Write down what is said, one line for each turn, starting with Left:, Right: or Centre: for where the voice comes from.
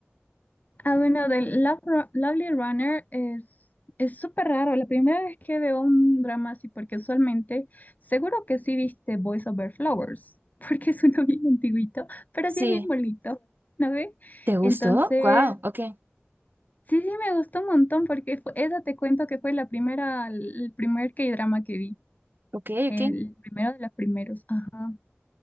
Left: Ah, bueno, del Love Ru- Lovely Runner es es súper raro. La primera vez que veo un drama así, porque usualmente, seguro que sí viste Boys Over Flowers, <laughs> porque es uno bien antiguito, pero
Right: Sí,
Left: sí es bien bonito, ¿no ve?
Right: ¿te gustó?
Left: Entonces,
Right: Wow, ok,
Left: sí, sí me gustó un montón, porque fue- esa te cuento que fue la primera, el primer K-drama que vi,
Right: ok,
Left: el
Right: ok.
Left: primero de los primeros. Ajá.